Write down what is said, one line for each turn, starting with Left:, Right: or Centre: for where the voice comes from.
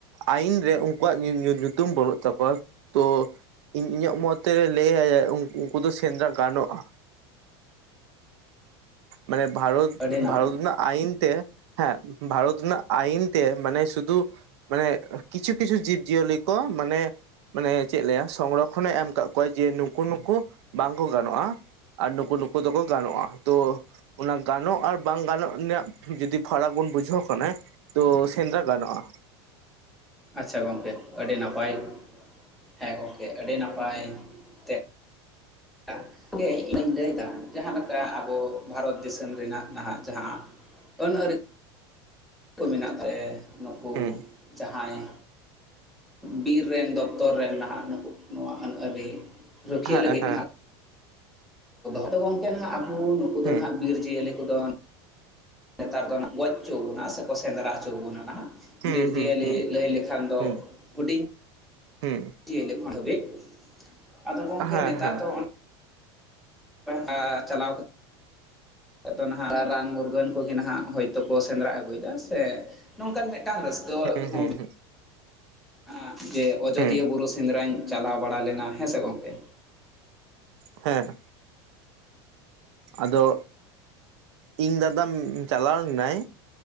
Right: ᱟᱹᱭᱤᱱ ᱨᱮ ᱩᱱᱠᱩᱣᱟᱜ ᱧᱩᱛᱩᱢ ᱵᱟᱹᱱᱩᱜ ᱛᱟᱠᱚᱣᱟ ᱛᱚ ᱤᱧ ᱤᱧᱟᱹᱜ ᱢᱚᱛ ᱨᱮ ᱞᱟᱹᱭᱟᱭ ᱩᱱᱠᱩ ᱫᱚ ᱥᱮᱸᱫᱽᱨᱟ ᱜᱟᱱᱚᱜ-ᱟ ᱢᱟᱱᱮ ᱵᱷᱟᱨᱚᱛ
Centre: ᱟᱹᱰᱤ ᱱᱟᱯ
Right: ᱵᱷᱟᱨᱚᱛ ᱨᱮᱱᱟᱜ ᱟᱹᱭᱤᱱ ᱛᱮ ᱦᱮᱸ ᱵᱷᱟᱨᱚᱛ ᱨᱮᱱᱟᱜ ᱟᱭᱤᱱ ᱛᱮ ᱢᱟᱱᱮ ᱥᱩᱫᱩ ᱢᱟᱱᱮ ᱠᱤᱪᱷᱩ ᱠᱤᱪᱷᱩ ᱡᱤᱵᱽᱡᱤᱭᱟᱹᱞᱤ ᱠᱚ ᱢᱟᱱᱮ ᱢᱟᱱᱮ ᱪᱮᱫ ᱞᱟᱹᱭᱟ ᱥᱚᱝᱨᱚᱠᱷᱚᱱᱮ ᱮᱢ ᱟᱠᱟᱫ ᱠᱚᱣᱟ ᱡᱮ ᱱᱩᱠᱩ ᱱᱩᱠᱩ ᱵᱟᱝᱠᱚ ᱜᱟᱱᱚᱜ-ᱟ ᱟᱨ ᱱᱩᱠᱩ ᱱᱩᱠᱩ ᱫᱚᱠᱚ ᱜᱟᱱᱚᱜ-ᱟ ᱛᱚ ᱚᱱᱟ ᱜᱟᱱᱚᱜ ᱟᱨ ᱵᱟᱝ ᱜᱟᱱᱚᱜ ᱨᱮᱱᱟᱜ ᱡᱩᱫᱤ ᱯᱷᱟᱨᱟᱠ ᱵᱚᱱ ᱵᱩᱡᱷᱟᱹᱣ ᱠᱷᱟᱱᱮ ᱛᱚ ᱥᱮᱸᱫᱽᱨᱟ ᱜᱟᱱᱚᱜ-ᱟ
Centre: ᱟᱪᱪᱷᱟ ᱜᱚᱝᱠᱮ ᱟᱹᱰᱤ ᱱᱟᱯᱟᱭ ᱦᱮᱸ ᱜᱚᱝᱠᱮ ᱟᱹᱰᱤ ᱱᱟᱯᱟᱭ ᱛᱮ ᱜᱚᱝᱠᱮ ᱤᱧ ᱞᱟᱹᱭᱫᱟ ᱡᱟᱦᱟᱸ ᱞᱮᱠᱟ ᱟᱵᱚ ᱵᱷᱟᱨᱚᱛ ᱫᱤᱥᱚᱢ ᱨᱮᱱᱟᱜ ᱱᱟᱦᱟᱜ ᱡᱟᱦᱟᱸ ᱟᱹᱱ ᱟᱹᱨᱤ ᱠᱚ ᱢᱮᱱᱟᱜ ᱛᱟᱭᱟᱞᱮ ᱱᱩᱠᱩ
Right: ᱦᱩᱸ
Centre: ᱡᱟᱦᱟᱸᱭ ᱵᱤᱨ ᱨᱮᱱ ᱫᱚᱯᱛᱚᱨ ᱨᱮᱱ ᱱᱟᱦᱟᱜ ᱱᱩᱠᱩ ᱱᱚᱣᱟ ᱟᱹᱱ-ᱟᱹᱨᱤ ᱨᱩᱠᱷᱤᱭᱟᱹ
Right: ᱦᱮᱸ
Centre: ᱞᱟᱹᱜᱤᱫ ᱦᱟᱜ ᱟᱫᱚ ᱜᱚᱝᱠᱮ ᱦᱟᱸᱜ ᱟᱵᱚ ᱱᱩᱠᱩ ᱫᱚ
Right: ᱦᱮᱸ
Centre: ᱱᱟᱦᱟᱜ ᱵᱤᱨ ᱡᱤᱭᱟᱹᱞᱤ ᱠᱚᱫᱚ ᱱᱮᱛᱟᱨ ᱫᱚ ᱜᱚᱡᱽ ᱚᱪᱚ ᱵᱚᱱᱟ ᱥᱮᱠᱚ ᱥᱮᱸᱫᱽᱨᱟ ᱚᱪᱚ ᱵᱚᱱᱟ ᱱᱟᱦᱟᱜ
Right: ᱦᱩᱸ
Centre: ᱵᱤᱨ
Right: ᱦᱩᱸ
Centre: ᱡᱤᱭᱟᱹᱞᱤ
Right: ᱦᱩᱸ ᱦᱩᱸ
Centre: ᱞᱟᱹᱭ ᱞᱮᱠᱷᱟᱱ ᱫᱚ
Right: ᱦᱩᱸ
Centre: ᱦᱩᱰᱤᱧ
Right: ᱦᱩᱸ
Centre: ᱡᱤᱭᱟᱹᱞᱤ ᱠᱚ ᱦᱟᱹᱵᱤᱡ ᱟᱫᱚ ᱜᱚᱝᱠᱮ
Right: ᱦᱮᱸ
Centre: ᱱᱮᱛᱟᱨ
Right: ᱦᱮᱸ
Centre: ᱫᱚ ᱦᱟ ᱪᱟᱞᱟᱣ ᱠᱟᱛᱮ ᱟᱫᱚ ᱱᱟᱦᱟᱜ ᱨᱟᱱ ᱢᱩᱨᱜᱟᱹᱱ ᱠᱚᱜᱮ ᱱᱟᱦᱟᱜ ᱦᱳᱭᱛᱳ ᱠᱚ ᱥᱮᱸᱫᱽᱨᱟ ᱟᱹᱜᱩᱭᱮᱫᱟ ᱥᱮ ᱱᱚᱝᱠᱟᱱ ᱢᱤᱫᱴᱟᱝ ᱨᱟᱹᱥᱠᱟᱹᱜ
Right: ᱦᱩᱸ
Centre: ᱦᱚᱸ
Right: ᱦᱩᱸ
Centre: ᱟᱹᱜ ᱡᱮ ᱟᱡᱚᱫᱤᱭᱟᱹ
Right: ᱦᱩᱸ
Centre: ᱵᱩᱨᱩ ᱥᱮᱸᱫᱽᱨᱟᱧ ᱪᱟᱞᱟᱣ ᱵᱟᱲᱟ ᱞᱮᱱᱟ ᱦᱮᱸ ᱥᱮ ᱜᱚᱝᱠᱮ
Right: ᱦᱮᱸ ᱦᱮᱸ ᱟᱫᱚ ᱤᱧ ᱫᱟᱫᱟᱢ ᱪᱟᱞᱟᱣᱱᱟᱭ